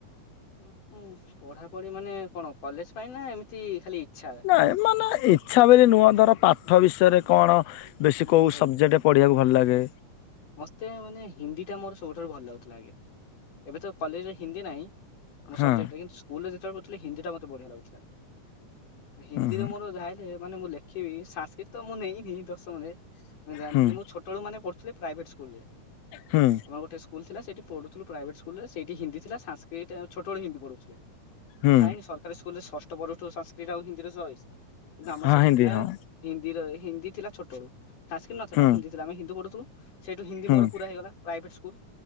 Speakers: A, on the left; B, on the left.
A: ଉଁ ଉଁ ପଢାପଢି ମାନେ କଣ କଲେଜ ପାଇଁ ନା ଏମିତି ଖାଲି ଇଚ୍ଛା।
B: ନା ଏମାନେ ଇଚ୍ଛା ବୋଲି ନୁହଁ ଧର ପାଠ ବିଷୟରେ କଣ ବେଶୀ
A: ଓହୋ
B: କୋଉଁ ସବଜେକ୍ଟ ପଢ଼ିଆକୁ ଭଲ ଲାଗେ।
A: ମୋତେ ମାନେ ହିନ୍ଦୀ ଟା ମୋର ସବୁଠାରୁ ଭଲ ଲାଗୁଥିଲା ଆଗେ। ଏବେ ତ କଲେଜରେ ହିନ୍ଦୀ ନାହିଁ। ମୋ
B: ହଁ
A: ସବଜେକ୍ଟ ଟା କିନ୍ତୁ ସ୍କୁଲରେ ଯେତେବେଳେ କହୁଥିଲେ ହିନ୍ଦୀ ଟା ମତେ ବଢିଆ ଲାଗୁଥିଲା। ହିନ୍ଦୀରେ
B: ହୁଁ ହୁଁ
A: ମୋର ଯାହେଲେ ମାନେ ମୁଁ ଲେଖିବି ସଂସ୍କୃତ ତ ମୁଁ ନେଇନି ଦଶ ମରେ ଜାଣିଥିଲି
B: ହୁଁ।
A: ମୁଁ ଛୋଟବେଳୁ ମାନେ ପଢୁଥିଲି ପ୍ରାଇଭେଟ ସ୍କୁଲରେ। ଆମର
B: ହୁଁ
A: ଗୋଟେ ସୁ ସ୍କୁଲ ଥିଲା ସେଇି ପଢୁଥିଲୁ ପ୍ରାଇଭେଟ ସ୍କୁଲର ସେଇଠି ହିନ୍ଦି ଥିଲା ସାଂସ୍କିଟ ଛୋଟ ବେଳେ ହୀନ୍ଦୀ ପଢଉଥିଲେ।
B: ହୁଁ
A: ଥାଇନି ସରକାରୀ ସ୍କୁଲ ରେ ଷଷ୍ଠ ପରଠୁ ସାଂସ୍କିରିଟ ଆଉ ହିନ୍ଦୀରେ ସହିଚି କିନ୍ତୁ ଆମର
B: ହଁ
A: ସେଠି
B: ହିନ୍ଦୀ
A: ଥିଲା
B: ହଁ
A: ହିନ୍ଦୀର ହିନ୍ଦୀ ଥିଲା ଛୋଟବେଳୁ ସାଂସ୍କିରିଟ ନଥିଲା
B: ହୁଁ
A: ହିନ୍ଦୀ ଆମେ ହିନ୍ଦୀ ପଢୁଥିଲୁ। ସେଇଠୁ ହିନ୍ଦୀ
B: ହୁଁ
A: ମୋର ପୁରା ହେଇଗଲା ପ୍ରାଇଭେଟ ସ୍କୁଲ